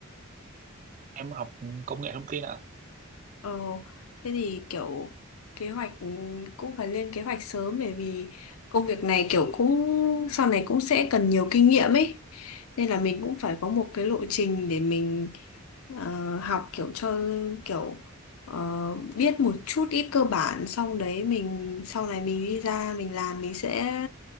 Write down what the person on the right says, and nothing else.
em học công nghệ thông tin ạ